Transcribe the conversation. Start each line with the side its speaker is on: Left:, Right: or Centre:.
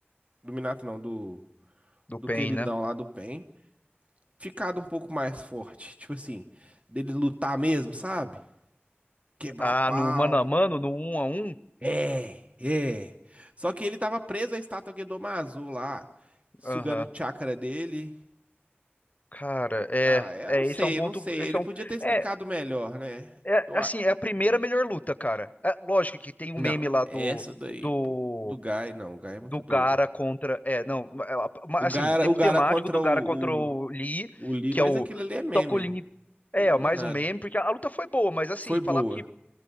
Right: do Minato não, do,
Left: do
Right: do
Left: Pain,
Right: queridão
Left: né?
Right: lá do Pen Ficado um pouco mais forte, tipo assim, dele lutar mesmo, sabe? quebrar
Left: Ah,
Right: pau.
Left: no mano a mano, no um a um?
Right: É, é. Só que ele tava preso à estátua Gedomazo lá, sugando
Left: Aham.
Right: o chakra dele.
Left: Cara, é,
Right: Ah, é, eu
Left: é,
Right: não sei,
Left: esse é um ponto,
Right: eu não sei.
Left: esse
Right: Ele
Left: é
Right: podia
Left: um,
Right: ter explicado
Left: é,
Right: melhor, né?
Left: é,
Right: Eu
Left: assim,
Right: a-
Left: é a primeira melhor luta, cara. É, lógico que tem o
Right: Não,
Left: meme lá
Right: essa
Left: do,
Right: daí
Left: do
Right: pu- do Gai, não, o Gai é muito
Left: do Gara
Right: doido.
Left: contra. É, não, é, a- ma-
Right: O
Left: assim,
Right: Gai
Left: tem
Right: era, o
Left: um
Right: Gai
Left: temático
Right: era contra
Left: do Gara
Right: o,
Left: contra o
Right: o,
Left: Lee,
Right: o Lee,
Left: que
Right: mas
Left: é o
Right: aquilo ali é meme.
Left: Tocolini. É,
Right: Aquilo ali
Left: mais
Right: é nada.
Left: um meme, porque a, a luta foi boa, mas assim,
Right: Foi boa.
Left: falar que